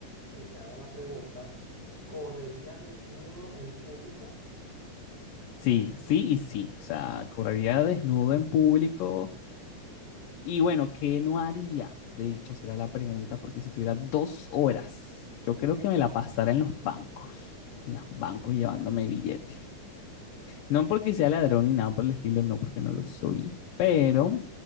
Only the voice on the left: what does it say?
Sí, sí y sí. O sea, correría desnudo en público. Y bueno, ¿qué no haría? De hecho, será la pregunta, porque si tuviera dos horas, yo creo que me la pasara en los bancos, en los bancos llevándome billete. No porque sea ladrón ni nada por el estilo, no, porque no lo soy. Pero